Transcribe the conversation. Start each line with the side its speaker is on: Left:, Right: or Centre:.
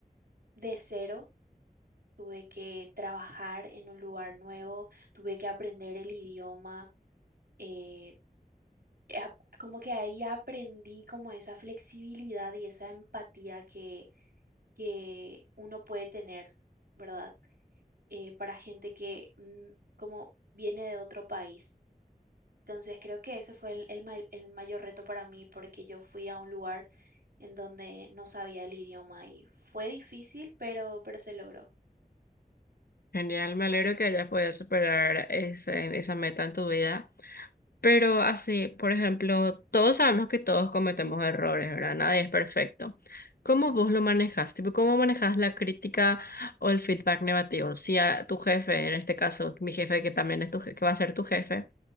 Right: de cero tuve que trabajar en un lugar nuevo, tuve que aprender el idioma, eh, ap- como que ahí aprendí como esa flexibilidad y esa empatía que, que uno puede tener, ¿verdad? Eh, para gente que mm, como viene de otro país. Entonces creo que ese fue el, el ma- el mayor reto para mí porque yo fui a un lugar en donde no sabía el idioma y fue difícil, pero, pero se logró.
Left: Genial, me alegro que hayas podido superar ese- esa meta en tu vida. Pero así, por ejemplo, todos sabemos que todos cometemos errores, ¿verdad? Nadie es perfecto. ¿Cómo vos lo manejas? Tipo, ¿cómo manejas la crítica o el feedback negativo? Si a tu jefe, en este caso, mi jefe que también es tu je- que va a ser tu jefe.